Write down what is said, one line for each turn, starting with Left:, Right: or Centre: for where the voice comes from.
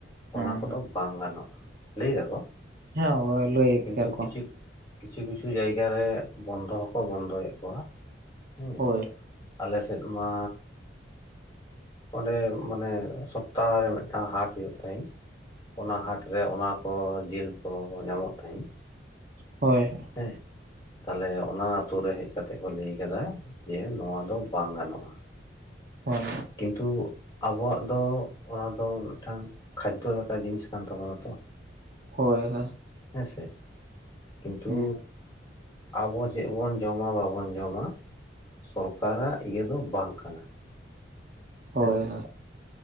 Right: ᱦᱮᱸ
Left: ᱚᱱᱟ ᱠᱚᱫᱚ ᱵᱟᱝ ᱜᱟᱱᱚᱜᱼᱟ ᱞᱟᱹᱭ ᱫᱟᱠᱚ
Right: ᱦᱮᱸ ᱦᱳᱭ ᱞᱟᱹᱭᱮᱫ
Left: ᱠᱤᱱᱛᱩ
Right: ᱜᱮᱭᱟ ᱠᱚ
Left: ᱠᱤᱪᱷᱩᱠ ᱠᱤᱪᱷᱩ ᱠᱤᱪᱷᱩ ᱡᱟᱭᱜᱟ ᱨᱮ ᱵᱚᱱᱫᱚ ᱦᱚᱸᱠᱚ ᱵᱚᱱᱫᱚ ᱭᱮᱫ ᱠᱚᱣᱟ ᱦᱮᱸ
Right: ᱦᱳᱭ
Left: ᱟᱞᱮᱥᱮᱫ ᱢᱟ ᱚᱸᱰᱮ ᱢᱟᱱᱮ᱾ ᱥᱚᱯᱛᱟᱦ ᱨᱮ ᱢᱤᱫᱴᱟᱝ ᱦᱟᱴ ᱦᱩᱭᱩᱜ ᱛᱟᱦᱸᱤᱡ᱾ ᱚᱱᱟ ᱦᱟᱴ ᱨᱮ ᱚᱱᱟ ᱠᱚ ᱡᱤᱞ ᱠᱚ ᱧᱟᱢᱚᱜ ᱛᱟᱦᱤᱸᱡ᱾
Right: ᱦᱳᱭ᱾
Left: ᱦᱮᱸ᱾ ᱛᱟᱞᱦᱮ ᱚᱱᱟ ᱟᱛᱳ ᱨᱮ ᱦᱮᱡ ᱠᱟᱛᱮᱜ ᱠᱚ ᱞᱟᱹᱭ ᱟᱠᱟᱫᱟ ᱡᱮ ᱱᱚᱣᱟ ᱫᱚ ᱵᱟᱝ ᱜᱟᱱᱚᱜᱼᱟ᱾
Right: ᱦᱚᱭ᱾
Left: ᱠᱤᱱᱛᱩ ᱟᱵᱚᱣᱟᱜ ᱫᱚ ᱚᱱᱟ ᱫᱚ ᱢᱤᱫᱴᱟᱝ ᱠᱷᱟᱡᱫᱚ ᱞᱮᱠᱟᱱ ᱡᱤᱱᱤᱥ ᱠᱟᱱ ᱛᱟᱵᱚᱱᱟ ᱛᱚ
Right: ᱦᱳᱭ ᱦᱳᱭ᱾
Left: ᱦᱮᱸ ᱥᱮ, ᱠᱤᱱᱛᱩ
Right: ᱦᱩᱸ
Left: ᱟᱵᱚ ᱪᱮᱫ ᱵᱚᱱ ᱡᱚᱢᱟ ᱵᱟᱵᱚᱱ ᱡᱚᱢᱟ ᱥᱚᱨᱠᱟᱨᱟᱜ ᱤᱭᱟᱹ ᱫᱚ ᱵᱟᱝ ᱠᱟᱱᱟ
Right: ᱦᱚᱭ
Left: ᱦᱮᱸᱥᱮ
Right: ᱦᱚᱭ